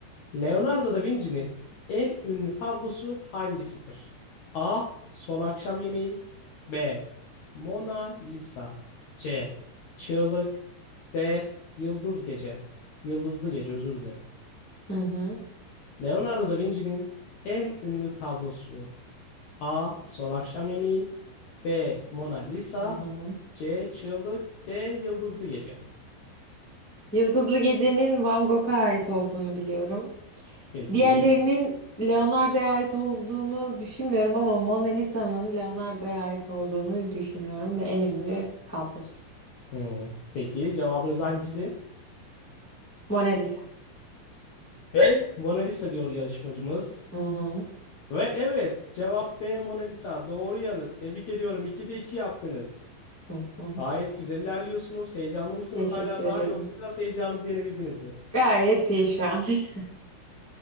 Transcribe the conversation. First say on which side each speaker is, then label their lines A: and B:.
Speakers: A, on the left; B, on the left.
A: Leonardo da Vinci'nin en ünlü tablosu hangisidir? A. Son Akşam Yemeği B. Mona Lisa C. Çığlık D. Yıldız Gece Yıldızlı Gece özür dilerim.
B: Hı hı,
A: Leonardo da Vinci'nin en ünlü tablosu A. Son Akşam Yemeği B. Mona Lisa
B: hı hı.
A: C. Çığlık D. Yıldızlı Gece.
B: Yıldızlı Gece'nin Van Gogh'a ait olduğunu biliyorum.
A: Peki.
B: Diğerlerinin Leonardo'ya ait olduğunu düşünmüyorum ama Mona Lisa'nın Leonardo'ya ait olduğunu düşünüyorum ve en ünlü tablosu.
A: Hmm. Peki cevabınız hangisi?
B: Hı hı. Mona Lisa.
A: B. Mona Lisa diyor yarışmacımız.
B: Hı hı.
A: Ve evet cevap B. Mona Lisa. Doğru yanıt. Tebrik ediyorum. 2'de 2 yaptınız.
B: Hı hı.
A: Gayet güzel ilerliyorsunuz. Heyecanlı mısınız
B: Teşekkür
A: hala daha
B: ederim.
A: yoksa biraz heyecanınızı yenebildiniz mi?
B: Gayet iyi şu an. <laughs>